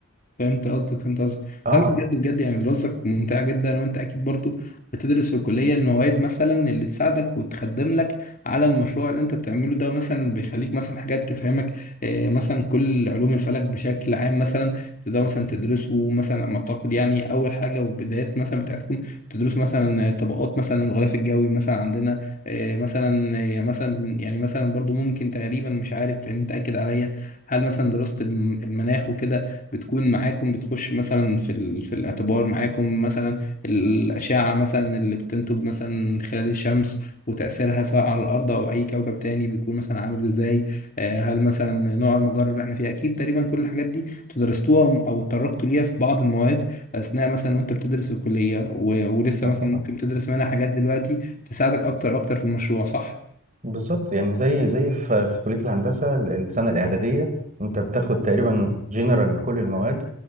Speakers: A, on the left; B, on the right.
A: فهمت قصدك فهمت قصدك
B: اه
A: لا لا، بجد بجد يعني دراستك ممتعة جدا وانت اكيد برضو بتدرس في الكلية المواد مثلا اللي تساعدك وتخدم لك على المشروع اللي انت بتعمله ده مثلا بيخليك مثلا حاجات تفهمك آه، مثلا كل علوم الفلك بشكل عام مثلا تقدر مثلا تدرسه مثلا على ما اعتقد يعني اول حاجة والبدايات مثلا بتاعتكم تدرسوا مثلا آه، طبقات مثلا الغلاف الجوي مثلا عندنا آه، مثلا آه، يعني مثلا يعني مثلا برضو ممكن تقريبا مش عارف يعني انت اكد عليا هل مثلا دراسة الم- المناخ وكده بتكون معاكم بتخش مثلا في ال... في الاعتبار معاكم مثلا الأشعة مثلا اللي بتنتج مثلا من خلال الشمس وتأثيرها سواء على الأرض أو أي كوكب تاني بيكون مثلا عامل إزاي آه، هل مثلا نوع المجرة اللي احنا فيه أكيد تقريبا كل الحاجات دي تدرستوها أو اتطرقتوا ليها في بعض المواد أثناء مثلا وأنت بتدرس في الكلية و... ولسه
B: اه
A: مثلا
B: طبعا
A: ممكن تدرس منها حاجات دلوقتي تساعدك أكتر أكتر في المشروع صح؟
B: بالظبط يعني زي زي في في كلية الهندسة ال- السنة الإعدادية أنت بتاخد تقريبا جنرال كل المواد